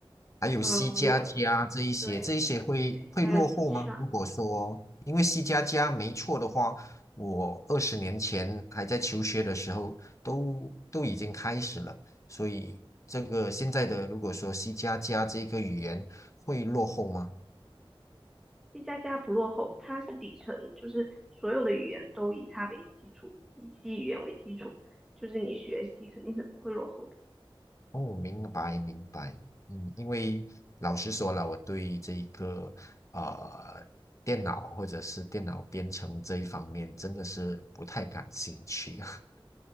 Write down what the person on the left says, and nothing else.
还有
C 加加这一些，
这一些会会落后吗？
如果说，因为 C 加加没错的话，我二十年前还在求学的时候都都已经开始了，所以这个现在的如果说 C 加加这个语言会落后吗？
哦，明白明白，嗯，因为老实说了，我对这一个呃电脑或者是电脑编程这一方面真的是不太感兴趣。<laughs>